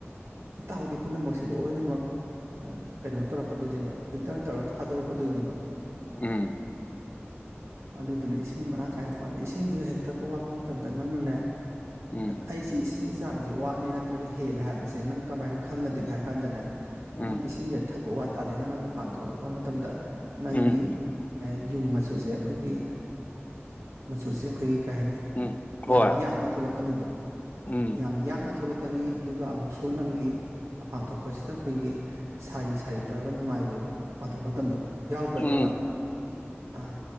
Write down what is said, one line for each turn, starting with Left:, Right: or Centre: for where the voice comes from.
Right: ꯐꯠꯇ ꯍꯥꯎꯊꯤ ꯄꯨꯝꯅꯃꯛꯁꯦ ꯂꯣꯏꯅꯃꯛ ꯀꯩꯅꯣ ꯇꯧꯔꯛꯀꯗꯣꯏꯅꯦꯕ ꯐꯤꯜꯇꯔ ꯇꯧꯔ ꯊꯥꯗꯣꯔꯛꯀꯗꯣꯏꯅꯦꯕ
Left: ꯎꯝ
Right: ꯑꯗꯨꯗꯨꯅ ꯏꯁꯤꯡ ꯃꯔꯥꯡ ꯀꯥꯏꯅ ꯊꯛꯗ ꯏꯁꯤꯡꯁꯤꯦ ꯍꯦꯛ ꯊꯛꯄ ꯋꯥꯠꯄ ꯃꯇꯝꯗ ꯅꯪꯅꯅꯦ
Left: ꯎꯝ
Right: ꯑꯩ ꯆꯁꯤ ꯏꯁꯤꯡꯒꯤꯒꯤ ꯆꯥꯡꯁꯦ ꯋꯥꯠꯂꯤ ꯅꯠꯇ꯭ꯔꯒ ꯍꯦꯜꯂꯦ ꯍꯥꯏꯕꯁꯦ ꯅꯪ ꯀꯃꯥꯏꯅ ꯈꯪꯒꯗꯒꯦ
Left: ꯎꯝ
Right: ꯍꯥꯏ ꯀꯥꯟꯗꯅꯦ
Left: ꯎꯝ
Right: ꯅꯪ ꯏꯁꯤꯡꯁꯦ ꯊꯛꯄ ꯋꯥꯠ ꯇꯥꯗꯅꯅ ꯃꯄꯥꯟ ꯊꯣꯛꯂꯛꯄ ꯃꯇꯝꯗ ꯅꯪꯒꯤꯤ
Left: ꯎꯝ
Right: ꯑꯦ ꯌꯨꯝ ꯃꯆꯨꯁꯦ ꯑꯩꯈꯣꯏꯒꯤ ꯃꯆꯨꯁꯦ ꯑꯩꯈꯣꯏꯒꯤ ꯀꯩ ꯍꯥꯏꯅꯤ
Left: ꯎꯝ ꯍꯣꯏ
Right: ꯌꯥꯝ ꯌꯥꯛꯅ ꯊꯣꯛꯂꯛꯄ ꯀꯅꯤꯕ
Left: ꯎꯝ
Right: ꯌꯥꯝ ꯌꯥꯡꯅ ꯊꯣꯛꯂꯛ ꯀꯅꯤ ꯑꯗꯨꯒ ꯑꯃꯨꯛꯁꯨ ꯅꯪꯒꯤ ꯑꯄꯥꯟ ꯊꯣꯛꯄꯁꯤꯗ ꯑꯩꯈꯣꯏꯒꯤ ꯁꯥꯔꯤ ꯁꯥꯔꯤ ꯇꯧꯔꯒ ꯅꯨꯡꯉꯥꯏꯔꯣꯏꯕ ꯄꯥꯊꯣꯛ ꯃꯇꯝꯗ ꯌꯥꯎꯕ꯭ꯔꯥ ꯑꯗꯨꯗꯣ?
Left: ꯎꯝ
Right: ꯑꯥ